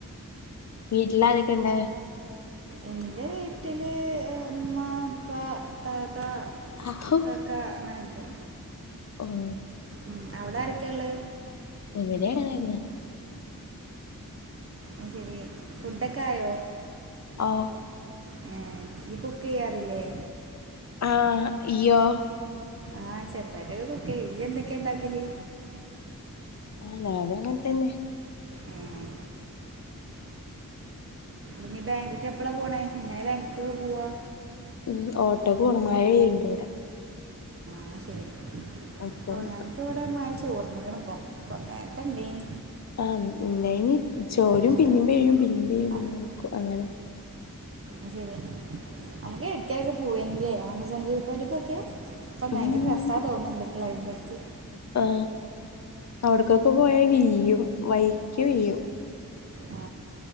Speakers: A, on the left (about 50°); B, on the right (about 40°).
A: വീട്ടിലാരൊക്കെണ്ട്?
B: എന്റെ വീട്ടില് ഉമ്മ, ഉപ്പ താത്ത,
A: അഹു
B: കാക്ക അങ്ങനെയൊക്കെ.
A: ഓഹ്
B: ഉം അവിടെ ആരൊക്കെയൊള്ള്?
A: ഇവിടെ അങ്ങനെ തന്നെ
B: അയ്ശരി ഫുഡൊക്കെ ആയോ?
A: ആഹ്
B: ഏ നീ കുക്ക് ചെയ്യാറില്ലേ
A: ആഹ് ഇയോ
B: ആഹ് ചെുതായിട്ടൊക്കെ കുക്ക് ചെയ്യും ഇയ്യ് എന്തൊക്കെ ഉണ്ടാക്കല്
A: ആഹ് ഞാനും അങ്ങനെ തന്നെ
B: ഉം ഇനി ബേങ്ക്ക്ക് എപ്പളാ പോണേ എങ്ങനെ ബേങ്ക് ക്ക് പോവാ
A: ഉം ഓട്ടോക്ക് പോണം മഴ പെയ്ണ്ട് ഇവിടെ
B: <unintelligible>
A: അപ്പം
B: ഓഹ് ഞങ്ങക്ക് ഇവിടെ മഴ ചോർന്ന്ക്കണ് പ്പം നേരത്തെ ഇണ്ടേനി
A: ആഹ ഇണ്ടായീനി ചോരും
B: ആ
A: പിന്നി പെയ്യും പിന്നി പെയ്യും
B: ആ
A: പിന്ന നിക്കും അങ്ങനെ
B: ഉം നമുക്ക് എടുക്കെ ഒക്കെ പോവേ ന്നുല്ലേ ആമസോൺ വീ പോഎൻ്റ് ക്കെ ഒക്കെ ഇപ്പം
A: ഉം
B: ഭയങ്കര രസാ തോന്നുന്നുണ്ട് ക്ലൈമേറ്റ്
A: ആ അവിടക്കൊക്കെ പോയാൽ വീഴും വഴുക്കി വീഴും
B: ആ